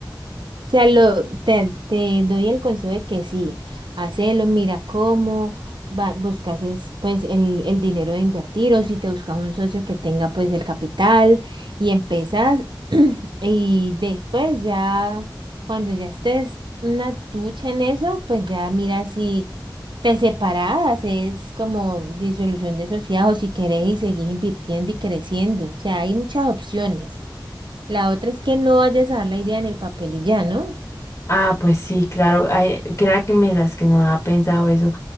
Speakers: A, on the right; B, on the left.
A: sea, lo, te, te doy el consejo de que sí, hacelo, mira cómo va, buscas es, pues el, el dinero de invertir o si te buscas un socio que tenga pues el capital y empezás <clears throat> y después ya cuando ya estés una ducha en eso, pues ya mira si te separás, es como disolución de sociedad o si querés y seguís invirtiendo y creciendo, o sea, hay muchas opciones. La otra es que no vayas a dar la idea en el papel y ya, ¿no?
B: Ah, pues sí, claro. Ay, crea que me las que no ha pensado eso,